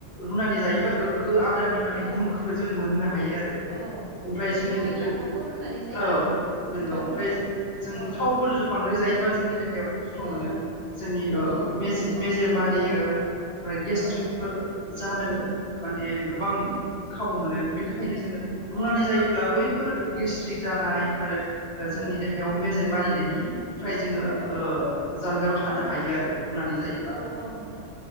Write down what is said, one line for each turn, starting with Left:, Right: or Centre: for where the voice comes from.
Left: रुनानै जायोब्ला गोग्गो आरो दाननि माने
Right: औ
Left: गुनखौबो जों मोननो हायो आरो
Right: औ
Left: ओमफ्राय
Right: जेरै
Left: जोंनि
Right: लाइ
Left: उदै
Right: लाफाखौ रुनानै जायो
Left: औ। नोंगौ
Right: नोंथां
Left: ओमफ्राय
Right: औ
Left: जों
Right: औ
Left: थावफोर बा ओमफ्राय जायोबा जोंनि देहायाव खस्थ मोनो
Right: औ
Left: जोंनि ओ
Right: औ
Left: बेजे
Right: खस्थ'
Left: मेजेम
Right: मोनो
Left: बारियो
Right: औ
Left: ओमफ्राय गेस्ट्रिकफोर
Right: औ
Left: जानो माने गोबां खाबु मोनो बेनि थाखायनो जोङो
Right: औ
Left: रुनानै जायोब्ला बै बेफोर गेस्ट्रिक जानाय आरो
Right: औ
Left: जोंनि देहायाव मेजेमबारि जायनि फ्राय जोङो
Right: औ
Left: ओ जानगाराव थानो हायो आरो। रुनानै जायोब्ला
Right: औ औ नोंथां